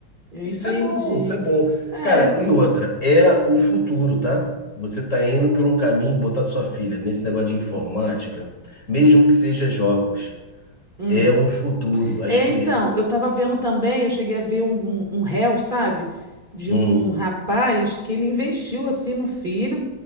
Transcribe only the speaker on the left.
Isso
é bom, isso é bom.
Cara, e outra, é o futuro, tá? Você tá indo por um caminho, botar sua filha nesse negócio de informática, mesmo que seja jogos,
é o futuro. Acho
que
Hum,